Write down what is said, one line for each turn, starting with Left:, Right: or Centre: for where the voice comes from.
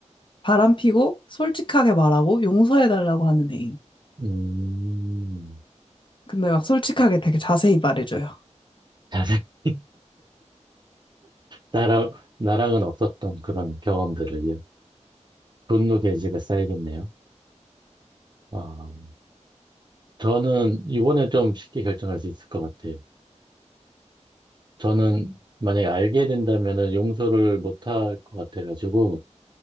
Left: 바람 피고 솔직하게 말하고 용서해달라고 하는 애인.
Right: 음.
Left: 근데 막 솔직하게 되게 자세히 말해줘요.
Right: <laughs> 나랑, 나랑은 없었던 그런 경험들을요. 분노 게이지가 쌓이겠네요. 아, 저는 이번에 좀 쉽게 결정할 수 있을 것 같아요. 저는 만약에 알게 된다면은 용서를 못 할 것 같아가지고